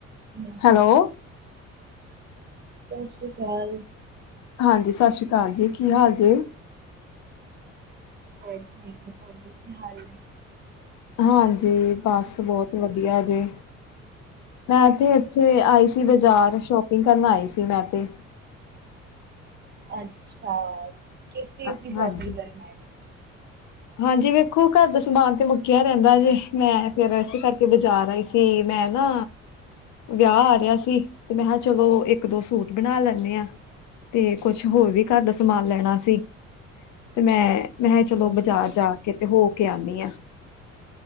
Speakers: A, on the right; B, on the left.
A: ਹੂੰ।
B: ਹੈਲੋ!
A: ਸਤ ਸ੍ਰੀ ਅਕਾਲ।
B: ਹਾਂਜੀ, ਸਤਿ ਸ਼੍ਰੀ ਅਕਾਲ ਜੀ, ਕੀ ਹਾਲ ਜੇ?
A: ਹਾਂਜੀ, ਤੁਸਾਂ ਦੇ ਕੀ ਹਾਲ ਨੇਂ?
B: ਹਾਂਜੀ, ਬਸ ਬਹਤ ਵਧੀਆ ਜੇ। ਮੈਂ ਤੇ ਏਥੇ ਆਈ ਸੀ ਬਾਜ਼ਾਰ, ਸ਼ੋਪਿੰਗ ਕਰਨ ਆਈ ਸੀ ਮੈਂ ਤੇ।
A: ਅੱਛਾ! ਕਿਸ ਚੀਜ਼
B: ਅ
A: ਦੀ ਸ਼ੋਪਿੰਗ
B: ਹਾਂਜੀ
A: ਕਰਨਾ ਆਏ ਸੀ? ਤੁਸੀਂ?
B: ਹਾਂਜੀ, ਵੇਖੋ ਘਰ ਦਾ ਸਮਾਨ ਤੇ ਮੁੱਕਿਆ ਰਹਿੰਦਾ ਜੇ, ਮੈਂ ਫੇਰ ਏਸ ਕਰਕੇ ਬਾਜ਼ਾਰ ਆਈ ਸੀ। ਸੀ ਮੈਂ ਨਾ ਵਿਆਹ ਆ ਰਿਹਾ ਸੀ ਤੇ, ਮੈਂ ਹਾ ਚਲੋ ਇਕ -ਦੋ ਸੂਟ ਬਨਾ ਲੈਂਨੇ ਆ। ਤੇ ਕੁਛ ਹੋਰ ਵੀ ਘਰ ਦਾ ਸਮਾਨ ਲੈਨਾ ਸੀ ਤੇ ਮੈਂ ਮੈਂ ਹਾ ਚਲੋ
A: ਓਕੇ,
B: ਬਾਜ਼ਾਰ ਜਾ ਕੇ ਤੇ ਹੋ ਕੇ ਆਨੀ ਆ।